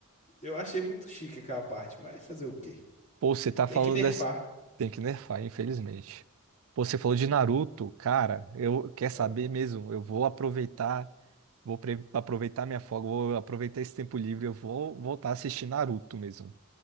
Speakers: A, on the left; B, on the right.
A: Eu achei muito chique aquela parte, mas fazer o quê?
B: Pô, você tá
A: Tem
B: falando
A: que nerfar.
B: dessa. Tem que nerfar, infelizmente. Pô, você falou de Naruto, cara. Eu quer saber
A: Ah.
B: mesmo? Eu vou aproveitar, vou pre- aproveitar minha folga, vou aproveitar esse tempo livre, eu vou voltar a assistir Naruto mesmo.